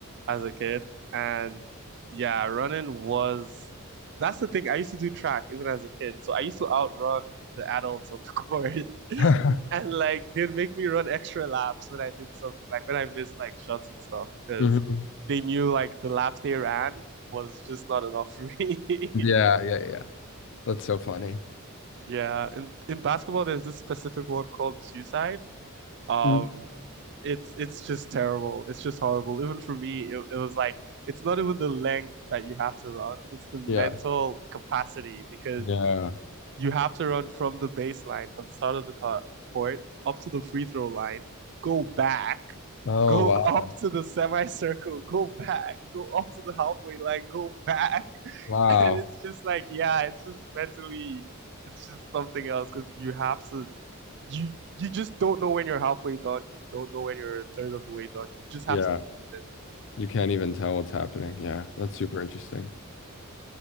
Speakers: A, on the right; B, on the left.
A: as a kid, and yeah, running was that's the thing. I used to do track even as a kid, so I used to outrun the adults on the <laughs> court,
B: <laughs>
A: and like they'd make me run extra laps when I did something, like when I missed like shots and stuff, because
B: hmm
A: they knew like the laps they ran was just not enough for me.
B: Yeah,
A: <laughs>
B: yeah, yeah. That's so funny.
A: Yeah, in in basketball, there's this specific one called suicide. Um,
B: Mm.
A: it's it's just terrible. It's just horrible. Even for me, it, it was like it's not even the length that you have to run; it's the mental
B: Yeah.
A: capacity because
B: Yeah.
A: you have to run from the baseline, from the start of the court up to the free throw line, go back
B: Oh,
A: go
B: wow.
A: up to the semicircle, go back, go up to the halfway line, go back. <laughs>
B: Wow.
A: And it's just like, yeah, it's just mentally, it's just something else because you have to, you you just don't know when you're halfway done. You don't know when you're a third of the way done. You just have
B: Yeah.
A: to keep running.
B: You can't even tell what's happening. Yeah. That's super interesting.